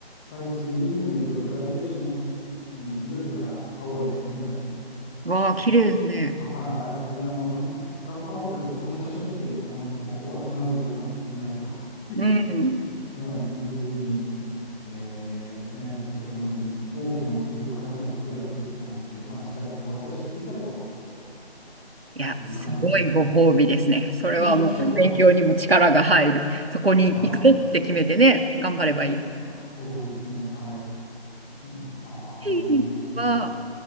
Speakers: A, in the centre; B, on the right.
A: 海水、海の色がグラデーションに緑から青へ変化して、
B: わあ、綺麗ですね。
A: もうはい。で、あの、カンパンフレット、その写真を見て、あの、もうここは必ず行かないといけないという
B: うん。
A: <laughs> はい、いうふうに、えーですね、ちょっと本当に大きな目標を必ずクリアするという感じで、まあ、1学期終わったし、いいかと
B: いや、
A: いう感じです。
B: すごいご褒美ですね。
A: <laughs>
B: それはもう勉強にも力が入る。
A: いや、また <laughs>
B: そこに行くぞって決めてね、
A: あ、
B: 頑張ればい
A: そうあそうですね。はい。うんまあ、あのー
B: い。は、